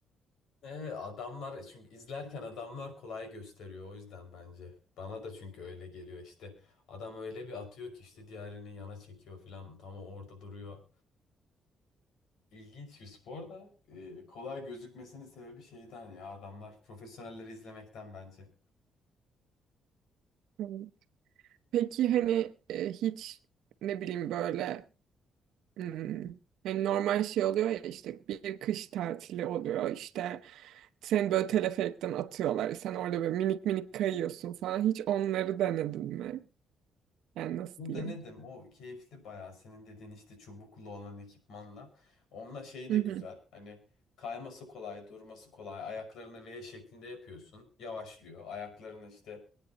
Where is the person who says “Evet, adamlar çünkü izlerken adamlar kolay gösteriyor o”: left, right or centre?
Left